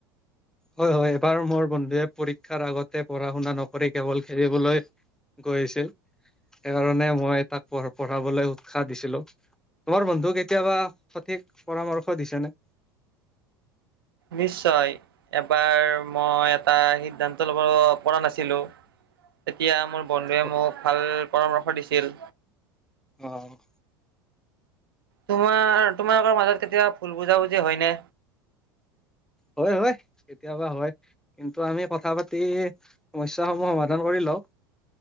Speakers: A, in the centre; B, on the right (about 75°).
A: হয়, হয়, এবাৰ মোৰ বন্ধুৱে পৰীক্ষাৰ আগতে পঢ়া শুনা নকৰি কেৱল খেলিবলৈ গৈ আছিল, এবাৰ মানে মই তাক পঢ়- পঢ়াবলৈ উৎসাহ দিছিলোঁ। তোমাৰ বন্ধুই কেতিয়াবা সঠিক পৰামৰ্শ দিছেনে?
B: নিশ্চয়, এবাৰ মই এটা সিদ্ধান্ত ল'ব পৰা নাছিলোঁ তেতিয়া মোৰ বন্ধুৱে
A: অ',
B: মোক ভাল পৰামৰ্শ দিছিল।
A: অ'
B: তোমাৰ, তোমালোকৰ মাজত কেতিয়াবা ভুল বুজাবুজি হয়নে?
A: হয়, হয়, কেতিয়াবা হয়। কিন্তু আমি কথা পাতি সমস্যাসমূহ সমাধান কৰি লওঁ।